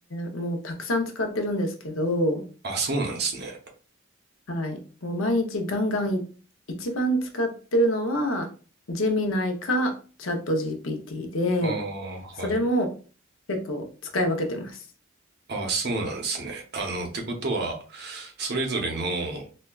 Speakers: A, on the left; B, on the right.
A: ー、もうたくさん使ってるんですけど、
B: あ、そうなんですね。
A: はい。もう毎日ガンガンい、一番使ってるのは、ジェミナイかチャット GPT で、
B: ああ、
A: それも結構使い分けてます。
B: はい。ああ、そうなんですね。あの、ってことは、それぞれの